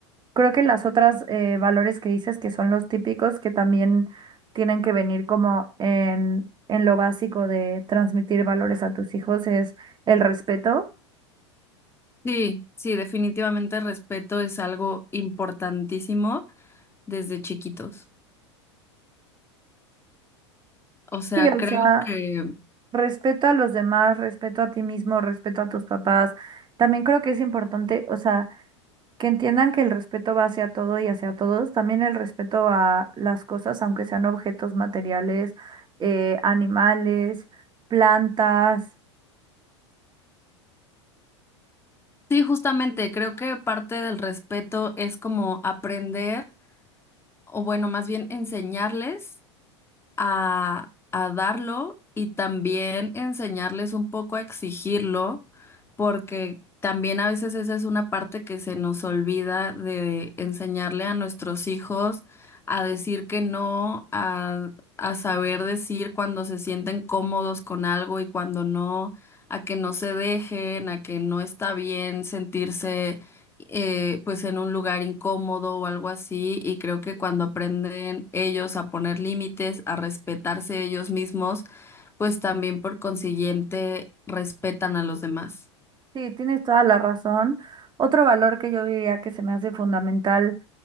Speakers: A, on the right; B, on the left.
A: Creo que las otras eh, valores que dices que son los típicos que también tienen que venir como en, en lo básico de transmitir valores a tus hijos es el respeto.
B: Sí, sí, definitivamente el respeto es algo importantísimo. desde chiquitos. O sea,
A: Sí, o
B: creo
A: sea,
B: que,
A: respeto a los demás, respeto a ti mismo, respeto a tus papás. También creo que es importante, o sea, que entiendan que el respeto va hacia todo y hacia todos, también el respeto a las cosas, aunque sean objetos materiales, eh, animales, plantas.
B: sí, justamente, creo que parte del respeto es como aprender, o bueno, más bien enseñarles. a, a darlo y también enseñarles un poco a exigirlo, porque también a veces esa es una parte que se nos olvida de enseñarle a nuestros hijos a decir que no, a, a saber decir cuando se sienten cómodos con algo y cuando no, a que no se dejen, a que no está bien sentirse eh, pues en un lugar incómodo o algo así, y creo que cuando aprenden ellos a poner límites, a respetarse ellos mismos, pues también por consiguiente respetan a los demás.
A: Sí, tienes toda la razón. Otro valor que yo diría que se me hace fundamental,